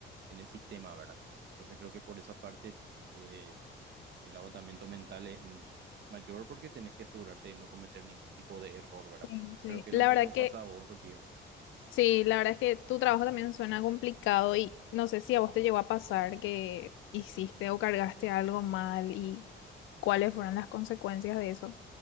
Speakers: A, on the right (about 60°); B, on the left (about 80°).
A: en el sistema, ¿verdad? Entonces creo que por esa parte eh, el agotamiento mental es m- mayor porque tenés que asegurarte de no cometer ningún tipo de error, ¿verdad?
B: sí, sí.
A: Pero que
B: La
A: lo mismo
B: verdad que
A: pasa a vos contigo.
B: Sí, la verdad es que tu trabajo también suena complicado y no sé si a vos te llegó a pasar que hiciste o cargaste algo mal y cuáles fueron las consecuencias de eso.